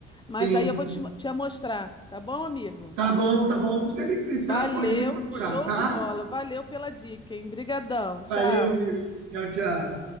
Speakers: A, on the left; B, on the right.
A: Mas
B: sim.
A: aí eu vou te, te mostrar, tá bom, amigo?
B: Tá bom, tá bom. Sempre que precisar,
A: Valeu,
B: pode me procurar,
A: show
B: tá?
A: de bola. Valeu pela dica, hein? Brigadão, tchau.
B: Valeu, amigo. Tchau, tchau.